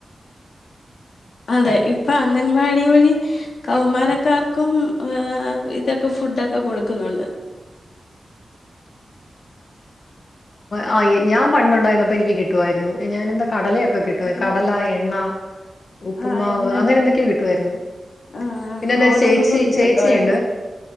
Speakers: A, on the left; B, on the left.
A: അതെ ഇപ്പൊ അംഗൻവാടി വഴി കൗമാരക്കാർക്കും ആ ഇതൊക്കെ ഫുഡൊക്കെ കൊടുക്കുന്നുണ്ട്
B: ആ ഞാൻ പണ്ടുണ്ടായിരന്നപ്പോ എനിക്ക് കിട്ടുവായിരുന്നു ഞാനെന്താ കടലയൊക്കെ കിട്ടുവെ
A: എന്തുവായിരുന്നു
B: കടല എണ്ണ ഉപ്പുമാവ്
A: ആഹ് എണ്ണ
B: അങ്ങനെ
A: കിട്ടും
B: എന്തൊക്കെയോ കിട്ടുവായിരുന്നു
A: ആഹ്
B: പിന്നെ എൻറെ
A: ഗോതമ്പ്
B: ചേച്ചി
A: നുറുക്ക്
B: ചേച്ചിയുണ്ട്
A: കിട്ടുമായിരുന്നു